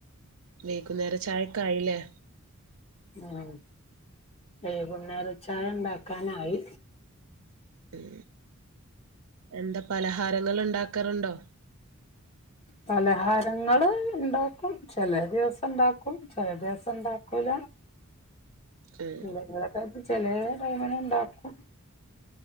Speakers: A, on the right; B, on the left.
A: വൈകുംന്നേര ചായക്ക ആയില്ലേ.
B: ഉം വൈകുന്നേരച്ചായണ്ടാക്കാനായി.
A: ഉം എന്താ പലഹാരങ്ങള് ഇണ്ടാക്കറ്ണ്ടോ?
B: പലഹാരങ്ങള് ഇണ്ടാക്കും. ചെല ദിവസം ഇണ്ടാക്കും ചെല ദിവസംണ്ടാക്കൂല.
A: ഉം
B: എന്തെങ്കിലൊക്കെ ചെലേ ടൈമിന് ണ്ടാക്കും.